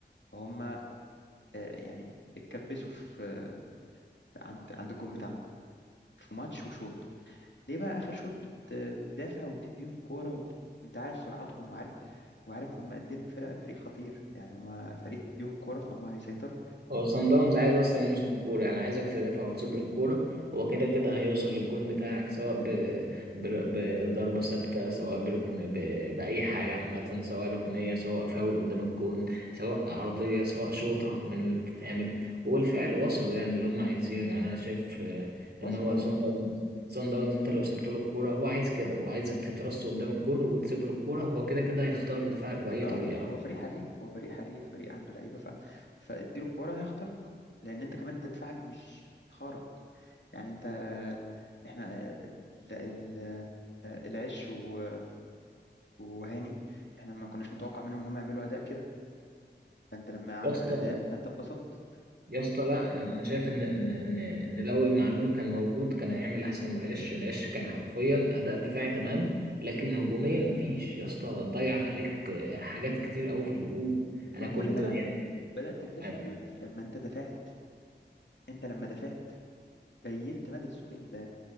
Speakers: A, on the left; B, on the right.
A: فهم آه، يعني اتكبسوا في آه، عند عند الجون بتاعهم في ماتش وشوط ليه بقى اخر شوط بت- بتدافع وتديهم كوره وبت... انت عارف سرعتهم وعارف وعارف هم قد ايه إن فرق فريق خطير يعني هم فريق ليهم الكوره فهم هيسيطروا
B: هو صن داونز عايز اصلا يمسك الكوره يعني عايزك تدافع وتسيب له الكوره هو كده كده هيوصل للجون بتاعك سواء ب... ب... بضربه ثابته سواء بركن ب... باي حاجه عامه سواء ركنيه سواء فاول قدام الجون سواء عرضيه سواء شوطه من اللي بتتعمل وبالفعل وصلوا يعني اللي هم عايزينه يعني انا شايف آه،
A: وصلوا
B: ان هو صن
A: اه
B: داونز صن داونز انت لو سبت له الكوره هو عايز كده هو عايزك تترص قدام الجون وتسيب له الكوره هو كده كده هيخترق دفاعك باي
A: اه
B: طريقه
A: هو فريق حريف هو فريق حريف فريق عنده لعيبه ف... فاديله الكوره هيخترق لان انت كمان انت دفاعك مش خارق يعني انت احنا ال... ال... العش و... وهاني احنا ما كناش نتوقع منهم ان هم يعملوا اداء كده فانت لما عملوا
B: يا اسطى
A: الاداء فانت اتبسطت
B: يا اسطى لا انا أنا شايف ان ان ان ان لو المعلول كان موجود كان هيعمل احسن من العش العش كان حرفيا اداء دفاعي تمام لكن هجوميا مفيش يا اسطى ضيع عليك آه، حاجات كتير قوي في الهجوم انا
A: ما هو
B: كنت
A: كل ده بقى
B: يعني
A: بدات تكتشفه
B: انا
A: لما انت دفعت انت لما دفعت بينت مدى السوء اللي,